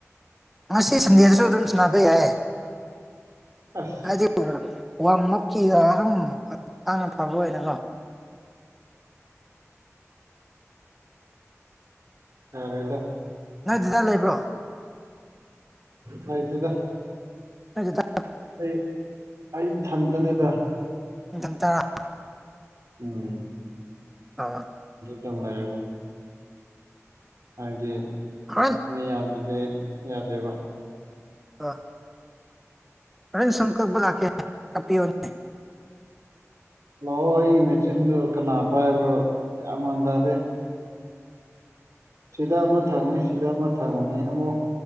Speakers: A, in the centre; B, on the right (about 75°).
A: ꯉꯁꯤ ꯁꯟꯗꯦꯁꯁꯨ ꯑꯗꯨꯝ ꯆꯅꯥꯕꯩ ꯍꯥꯏ
B: ꯑꯁ
A: ꯍꯥꯏ ꯋꯥ ꯃꯀꯤꯒ ꯑꯗꯨꯝ ꯇꯥꯅ ꯐꯕ ꯑꯣꯏꯅꯀꯣ
B: ꯑ ꯍꯗ
A: ꯅꯣꯏ ꯗ ꯂꯩꯕ꯭ꯔꯣ
B: ꯍꯥꯏ ꯇꯗ
A: ꯐꯗ
B: ꯑꯩ ꯑꯩ ꯊꯟꯇꯅꯦꯗ
A: ꯅꯇꯔ
B: ꯎꯝ
A: ꯑ
B: ꯇꯪ ꯂꯩ ꯍꯥꯏꯗꯤ
A: ꯍꯣꯔꯦꯟ
B: ꯃꯤ ꯌꯥꯝꯕꯗꯤ ꯌꯥꯗꯦꯕ
A: ꯑꯥ ꯔꯟ ꯁꯟ ꯀ ꯂꯀ ꯍꯥꯏ ꯀꯄꯤꯌꯣꯅꯤ
B: ꯂꯥꯛꯑꯣ ꯑꯩꯒꯤ ꯃꯦꯆꯤꯟꯗꯨ ꯀꯅꯥ ꯄꯥꯏꯕ꯭ꯔꯣ ꯀꯌꯥꯃꯥꯟ ꯇꯗꯦ ꯁꯤꯗ ꯑꯃ ꯊꯪꯅꯤ ꯁꯤꯗ ꯑꯃ ꯊꯪꯅꯤ ꯑꯃꯨꯛ